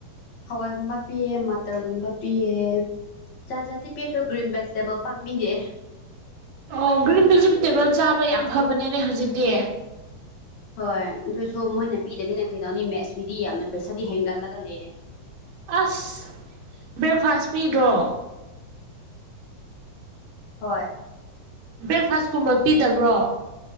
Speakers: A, on the left; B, on the right.
A: ꯍꯋꯥꯏꯒꯨꯝꯕ ꯄꯤꯑꯦ ꯃꯥꯇꯔꯒꯨꯝꯕ ꯄꯤꯌꯦ ꯥꯖꯥꯠꯖꯥꯠ ꯄꯤꯔ꯭ꯁꯨ ꯒꯔ꯭ꯤꯟ ꯕꯦꯁꯤꯇꯕꯜ ꯄꯛꯄꯤꯔꯛꯑ
B: ꯑꯣ ꯒ꯭ꯔꯤꯟ ꯚꯦꯖꯤꯇꯦꯕꯜ ꯆꯥꯕ ꯌꯥꯝ ꯐꯕꯅꯦꯅꯦ ꯍꯧꯖꯤꯛꯇꯤ
A: ꯍꯣꯏ ꯑꯗꯨꯁꯨ ꯃꯣꯏꯅ ꯄꯤꯗꯕꯤꯅ ꯀꯩꯗꯧꯅꯤ ꯃꯦꯠꯁꯀꯤꯗꯤ ꯌꯥꯝꯅ ꯄꯩꯁꯥꯗꯤ ꯍꯦꯟꯒꯠꯂꯒ ꯂꯩꯑꯦ
B: ꯑꯁ ꯕ꯭ꯔꯦꯛꯐꯥꯁ ꯄꯤꯗ꯭ꯔꯣ
A: ꯍꯣꯏ
B: ꯕ꯭ꯔꯦꯛꯐꯥꯁ ꯀꯨꯝꯕ ꯄꯤꯗꯕ꯭ꯔꯣ